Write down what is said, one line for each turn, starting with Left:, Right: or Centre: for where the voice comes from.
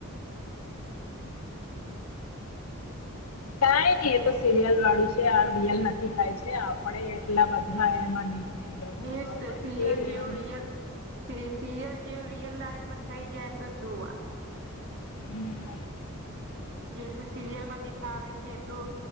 Right: હમ.
Left: કઈ નઈ એ તો સિરિયલ વાળું છે આ રિયલ નથી થાય છે આપડે એટલા બધા એમાં. ઘુસી જવાના
Right: એ જ
Left: નોર્મલ
Right: તે સીરિયલ
Left: જોઈ લેવાનું
Right: જેવું રિયલ. સીરિયલ જેવું રિયલ લાઈફમાં થઈ જાય તો શું વાત.
Left: હમ.
Right: જેટલું સિરિયલ માં દેખાવે છે એટલું.